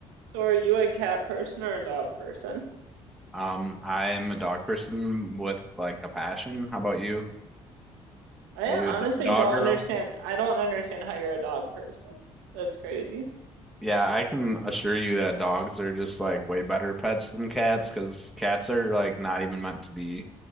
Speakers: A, on the right (about 85°); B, in the centre.
A: So are you a cat person or a dog person?
B: Um, I am a dog person with like a passion. How about you?
A: I
B: Are
A: honestly
B: you a d- dog
A: don't
B: girl?
A: understand. I don't understand how you're a dog person. That's crazy.
B: Yeah, I can assure you that dogs are just like way better pets than cats because cats are like not even meant to be,